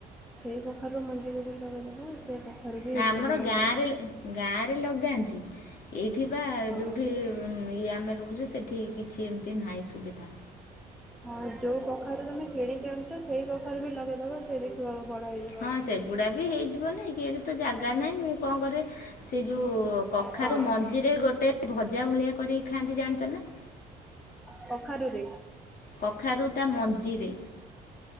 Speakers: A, in the centre; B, on the left.
A: ସେଇ କଖାରୁରୁ ମଞ୍ଜିକୁ ବି ଲଗେଇଦବ ସେ କ ଖାରୁ ବି
B: ନା
A: ହେଇଯିବ
B: ଆମର
A: ବଡ଼
B: ଗାଁରେ
A: ବଡ଼।
B: ଗାଁରେ ଲଗାନ୍ତି ଏଇଠି ବା
A: ହଁ
B: ଯେଉଁଠି ଇଏ ଆମେ ରହୁଛୁ ସେଠି କିଛି ଏମିତି ନାହିଁ ସୁବିଧା।
A: ହଁ ଯୋଉ କଖାରୁ ତମେ କିଣିକି ଆଣିଛ ସେଇ କଖାରେ ବି ଲଗେଇଦବ ସେ ଦେଖ ବ ବଡ଼ ହେଇ ଯିବ।
B: ହଁ ସେଗୁଡ଼ା ବି ହେଇଯିବ ନାହିଁ କି ଏବେ ତ ଜାଗା ନାହିଁ ମୁଁ କଣ କରେ ସେ ଯୋଉ କଖାରୁ
A: ହଁ
B: ମଞ୍ଜିରେ ଗୋଟେ ଭଜା ଭଳିଆ କରିକି ଖାଆନ୍ତି ଜାଣିଛ ନା?
A: କଖାରୁ ରେ?
B: କଖାରୁ ତା ମଞ୍ଜିରେ।